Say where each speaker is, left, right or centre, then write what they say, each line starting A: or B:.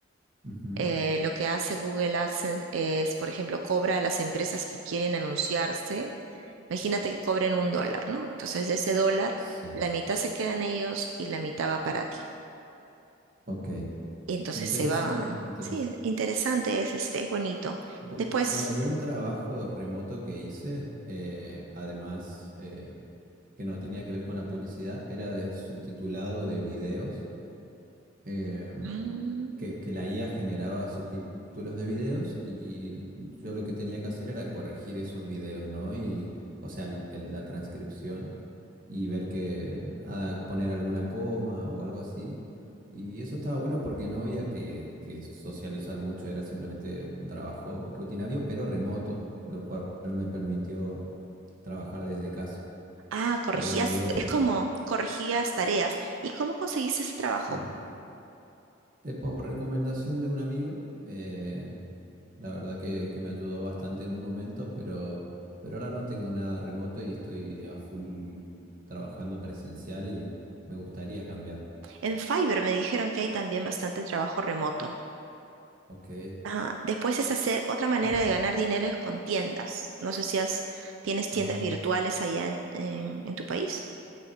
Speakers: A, on the right; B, on the right.
A: Ujú,
B: Eh, lo que hace Google AdSense es, por ejemplo, cobra a las empresas que quieren anunciarse. Imagínate que cobren un dólar, ¿no? Entonces, de ese dólar,
A: Sí,
B: la mitad se quedan ellos y la mitad va para ti.
A: ok.
B: Y entonces
A: Me interesa,
B: se va.
A: me interesa.
B: Sí, es interesante, es, este, es bonito.
A: Bu-
B: Después,
A: bueno, yo un trabajo remoto que hice, eh, además eh, que no tenía que ver con la publicidad, era de subtitulado de videos. em,
B: mm,
A: que, que la IA generaba subtítulos de videos y yo lo que tenía que hacer era corregir esos videos, ¿no? Y, o sea, el- el- la transcripción y ver que, ah, poner alguna coma o algo así. Y eso estaba bueno porque no había que, que socializar mucho, era simplemente un trabajo rutinario, pero remoto, lo cual me permitió trabajar desde casa.
B: ah, corregías,
A: Pero bueno, duró poco,
B: es como corregías tareas. ¿Y cómo conseguís ese trabajo?
A: sí. Es por recomendación de un amigo, eh, La verdad que, que me ayudó bastante en un momento, pero, pero ahora no tengo nada remoto y estoy a full trabajando presencial y me gustaría cambiar.
B: En Fiverr me dijeron que hay también bastante trabajo remoto.
A: Ok.
B: Ajá. Después es hacer otra manera
A: Es-
B: de ganar dinero es con tiendas. No sé si has- tienes tiendas
A: ah,
B: virtuales allá en, en- en tu país.